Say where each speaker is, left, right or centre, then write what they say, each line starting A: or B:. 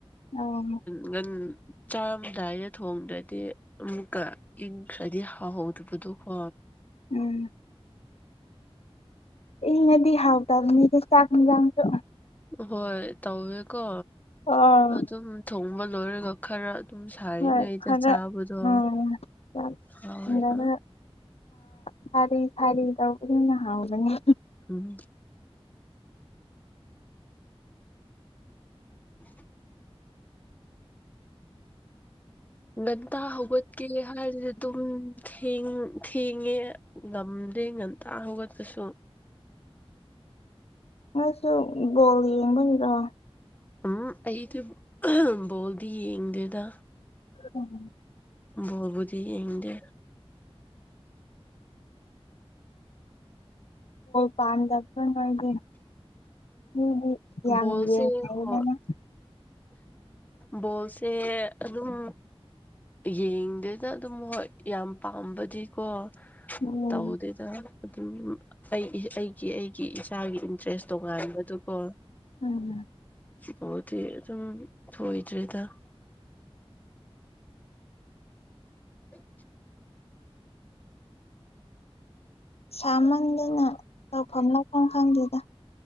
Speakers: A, on the left; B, on the left.
A: ꯑꯣ
B: ꯉꯟ ꯆꯥꯃꯗꯥꯏꯗ ꯊꯣꯡꯗ꯭ꯔꯗꯤ ꯑꯃꯨꯛꯀ ꯏꯟꯈ꯭ꯔꯗꯤ ꯍꯥꯎꯍꯧꯗꯕꯗꯣꯀꯣ
A: ꯎꯝ ꯏꯉꯗꯤ ꯍꯥꯎꯗꯕꯅꯤꯅ ꯆꯥꯛ ꯟꯖꯥꯡꯁꯨ
B: ꯍꯣꯏ ꯇꯧꯋꯦꯀꯣ
A: ꯑꯥ
B: ꯑꯗꯨꯝ ꯊꯣꯡꯕ ꯂꯣꯏꯔꯒ ꯈꯔ ꯑꯗꯨꯝ ꯁꯥꯔꯤꯉꯩꯗ
A: ꯍꯣꯏ ꯈꯔ
B: ꯆꯥꯕꯗꯣ
A: ꯎꯝ ꯆꯥꯛ
B: ꯍꯥꯎꯔꯒ
A: ꯊꯣꯡꯔꯒ ꯁꯥꯔꯤ ꯁꯥꯔꯤ ꯇꯧꯕꯗꯨꯅ ꯍꯥꯎꯕꯅꯦ
B: ꯎꯝ ꯍ ꯉꯒꯟꯇꯥ ꯍꯧꯒꯠꯀꯦ ꯍꯥꯏꯔꯗꯤ ꯑꯗꯨꯝ ꯊꯦꯡ ꯊꯦꯡꯉꯦ ꯉꯝꯗꯦ ꯉꯟꯇꯥ ꯍꯧꯒꯠꯄꯁꯨ
A: ꯅꯣꯏꯁꯨ ꯒꯣꯜ ꯌꯦꯡꯕꯅꯤꯔꯣ
B: ꯎꯝ ꯑꯩꯗꯤ ꯕꯣꯜꯗꯤ ꯌꯦꯡꯗꯦꯗ
A: ꯎꯝ
B: ꯕꯣꯕꯨꯗꯤ ꯌꯦꯡꯗꯦ
A: ꯄꯥꯟꯗꯄ ꯃꯒꯦ ꯎꯝ ꯌꯥꯝ
B: ꯕꯣꯜꯁꯦ
A: ꯌꯦꯡꯉꯗꯅ
B: ꯍꯣꯏ ꯕꯣꯜꯁꯦ ꯑꯗꯨꯝ ꯌꯦꯡꯗꯦꯅ ꯑꯗꯨꯝ ꯍꯣꯏ ꯌꯥꯝ ꯄꯥꯝꯕꯗꯤꯀꯣ
A: ꯎꯝ
B: ꯇꯧꯗꯦ ꯑꯗꯨꯝ ꯑꯩ ꯑꯩꯒꯤ ꯑꯩꯒꯤ ꯏꯁꯆꯥꯒꯤ ꯏꯟꯇꯔꯦꯁ ꯇꯣꯉꯥꯟꯕꯗꯨꯀꯣ
A: ꯎꯝꯝ
B: ꯁꯤꯐꯥꯎꯗꯤ ꯑꯗꯨꯝ ꯊꯣꯏꯗ꯭ꯔꯦꯗ ꯍꯨꯠ
A: ꯁꯥꯃꯟꯗꯨꯅ ꯇꯧꯐꯝ ꯂꯧꯐꯝ ꯈꯪꯗꯦꯗ